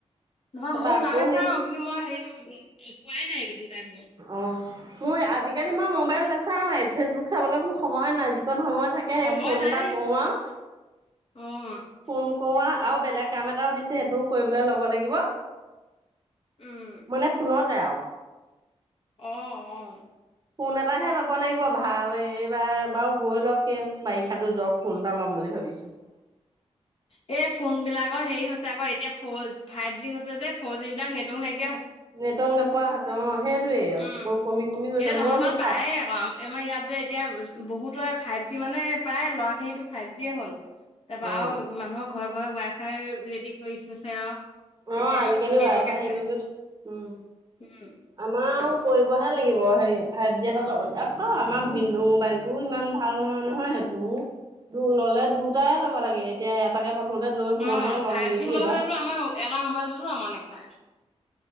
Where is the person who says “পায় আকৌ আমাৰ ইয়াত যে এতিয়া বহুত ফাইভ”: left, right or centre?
Left